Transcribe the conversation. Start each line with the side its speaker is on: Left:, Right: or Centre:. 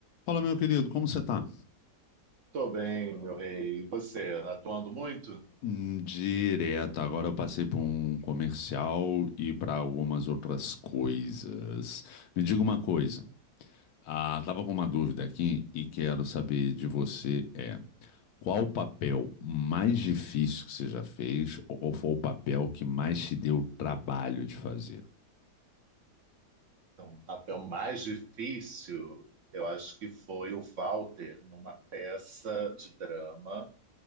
Left: Fala, meu querido, como você tá?
Right: Tô bem, meu rei. E você, atuando muito?
Left: Hum, Direto, agora eu passei por um comercial e para algumas outras coisas. Me diga uma coisa, Ah, estava com uma dúvida aqui e quero saber de você é qual o papel mais difícil que você já fez ou qual foi o papel que mais te deu trabalho de fazer?
Right: Então, o papel mais difícil, eu acho que foi o Walter, numa peça de drama